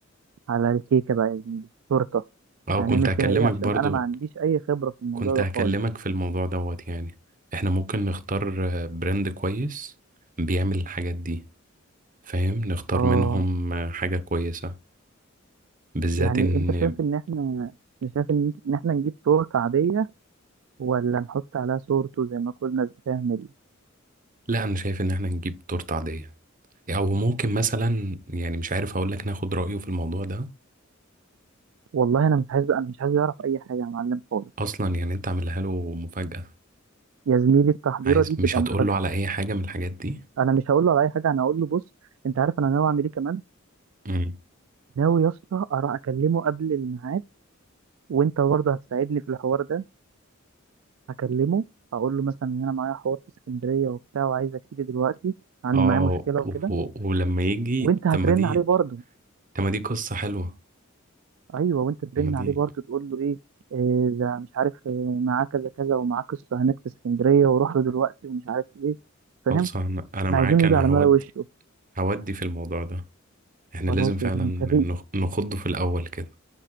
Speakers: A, on the right; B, on the right.
A: على الكيكة بقى يا زميلي تورتة
B: أه
A: هنعمل
B: كنت هكلمك
A: فيها ايه عشان
B: برضو
A: انا ما عنديش اي خبرة في الموضوع
B: كنت
A: ده
B: هكلمك
A: خالص
B: في الموضوع دوت يعني إحنا ممكن نختار آه، براند كويس بيعمل الحاجات دي فاهم؟ نختار
A: اه
B: منهم آه، حاجة كويسة بالذات
A: يعني
B: إن
A: انت شايف ان احنا شايف ان إن احنا نجيب تورتة عادية ولا نحط عليها صورته زي ما كل الناس بتعمل
B: لا أنا شايف إن إحنا نجيب تورتة عادية أو ممكن مثلا يعني مش عارف هقولك ناخد رأيه في الموضوع ده
A: والله انا مش عايز انا مش عايز يعرف اي حاجه يا معلم خالص
B: اصلا يعني انت عاملها له مفاجأة
A: يا زميلي التحضيره
B: عايز
A: دي تبقى
B: مش هتقول
A: مفاجاه
B: له على اي حاجة من الحاجات دي
A: انا مش هقول له على اي حاجه انا هقول له بص انت عارف انا ناوي اعمل ايه كمان
B: امم
A: ناوي يا اسطى أرا- اكلمه قبل الميعاد وانت برضه هتساعدني في الحوار ده هكلمه اقول له مثلا ان انا معايا حوار في اسكندريه وبتاع وعايزك تيجي دلوقتي عندي
B: اه
A: معايا مشكله
B: و-
A: وكده
B: و- ولما يجي
A: وانت هترن
B: طب ما دي
A: عليه برضه
B: طب ما دي قصة حلوة
A: ايوه وانت ترن
B: طب ما دي
A: عليه برضه تقول له ايه إيه ده مش عارف إيه، معاه كذا كذا ومعاه قصه هناك في اسكندريه وروح له دلوقتي ومش عارف ايه فاهم
B: خالصة انا أنا
A: احنا
B: معاك
A: عايزينه يجي
B: انا
A: على
B: هودي
A: ملا وشه
B: هودي في الموضوع ده احنا
A: خلاص
B: لازم فعلا
A: يا ابني انت في
B: نخ- نخضه في الاول كده